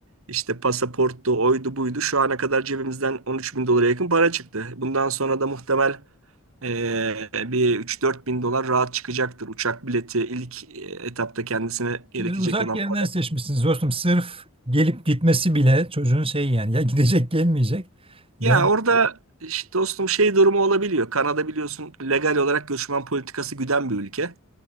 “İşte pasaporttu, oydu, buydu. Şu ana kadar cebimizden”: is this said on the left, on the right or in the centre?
Right